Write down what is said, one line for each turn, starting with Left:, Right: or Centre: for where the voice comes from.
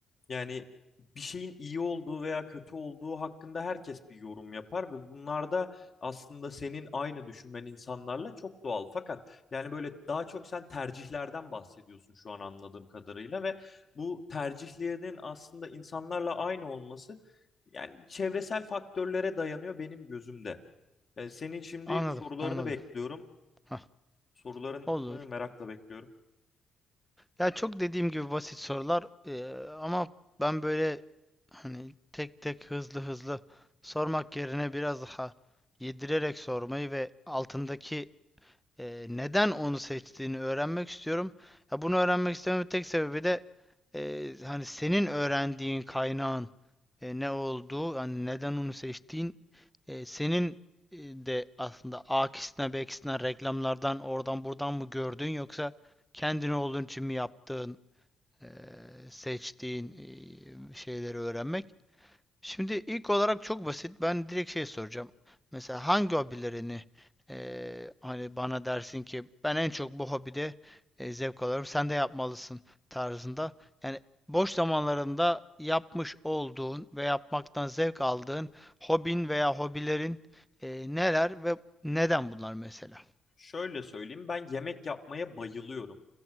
Left: Yani bir şeyin iyi olduğu veya kötü olduğu hakkında herkes bir yorum yapar ve bunlarda aslında senin aynı düşünmen insanlarla çok doğal. Fakat yani böyle daha çok sen tercihlerden bahsediyorsun şu an anladığım kadarıyla ve bu tercihlerin aslında insanlarla aynı olması yani çevresel faktörlere dayanıyor benim gözümde. E, senin şimdi
Centre: Anladım,
Left: sorularını
Centre: anladım.
Left: bekliyorum.
Centre: Hah,
Left: Sorularını
Centre: olur.
Left: merakla bekliyorum.
Centre: Ya çok dediğim gibi basit sorular eee, ama ben böyle hani tek tek hızlı hızlı sormak yerine biraz daha yedirerek sormayı ve altındaki eee, neden onu seçtiğini öğrenmek istiyorum. Ya bunu öğrenmek istememin tek sebebi de eee, hani senin öğrendiğin kaynağın e, ne olduğu, hani neden onu seçtiğin, e, senin e, de aslında A'kisinden B'kisinden reklamlardan oradan buradan mı gördün yoksa kendin olduğun için mi yaptığın e, seçtiğin e, şeyleri öğrenmek. Şimdi ilk olarak çok basit. Ben direkt şey soracağım. Mesela hangi hobilerini e, hani bana dersin ki ben en çok bu hobide e, zevk alıyorum. Sen de yapmalısın tarzında. Yani boş zamanlarında yapmış olduğun ve yapmaktan zevk aldığın hobin veya hobilerin e, neler ve neden bunlar mesela?
Left: Şöyle söyleyeyim ben yemek yapmaya bayılıyorum.